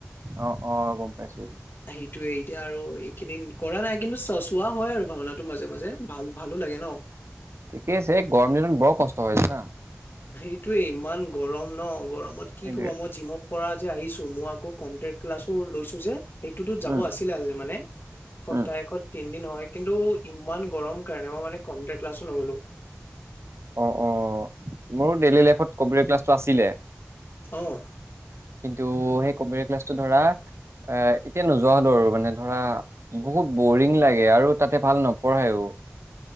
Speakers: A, on the right; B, on the left.
A: অ অ গম পাইছো
B: সেইটোৱেই। এতিয়া আৰু এইখিনি কৰা নাই কিন্তু চ চোৱা হয় আৰু ভাওনাটো মাজে মাজে ভাল ভালো লাগে ন।
A: ঠিকেই আছে গৰম দিনত বৰ কষ্ট হয় জানা।
B: সেইটোয়ে ইমান গৰম ন গৰমত
A: সেইটোৱে
B: কি কবা মই জিমৰ পৰা যে আহিছো মই। আকৌ কনটে ক্লাছো লৈছো যে সেইটোতো যাব
A: উম
B: আছিলে মানে। সপ্তাহত
A: উম
B: তিন দিন হয় কিন্তু ইমান গৰম কাৰণে মই মানে কনটে ক্লাছো নগলো।
A: অ অ মোৰ ডেইলী লাইফত কম্পিউটাৰ ক্লাছটো আছিলে।
B: অহ।
A: কিন্তু সেই কম্পিউটাৰ ক্লাছটো ধৰা। এ এতিয়া নোযোৱা হ'লো আৰু মানে ধৰা বহুত বৰিং লাগে আৰু তাতে ভাল নপঢ়ায়ও।